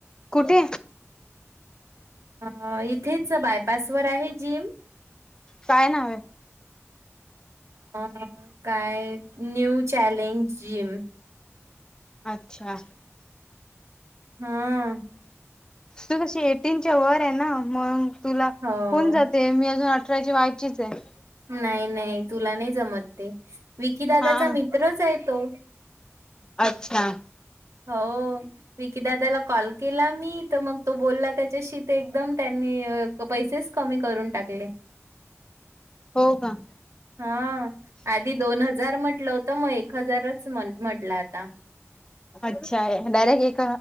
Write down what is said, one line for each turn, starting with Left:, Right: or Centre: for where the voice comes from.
Left: होती...
Right: अ इथेच बायपासवरर आहे जिम...
Left: काय ना ह....
Right: अ काय न्यू चॅलेंज जिम.
Left: अच्छा...
Right: हम्म....
Left: तू कशी एटीनच्या वर आहे ना मग... तुला
Right: हो
Left: होन जाते मी अजून अठराची व्हायचीच आहे...
Right: नाही नाही तुला नाही जमत ते विकी दादाचा
Left: हा
Right: मित्रच आहे तो....
Left: अच्छा....
Right: हो विकीदादाला कॉल केला मी तर मग तो बोलला त्या.... शी एकदम त्यांनी पैसेच कमी करून टाकले...
Left: हो का...
Right: हा आधी दोन हजार म्हटलं होतं मग एक हजारच म्हटलं आता...
Left: अच्छा आहे डायरेक्ट एक...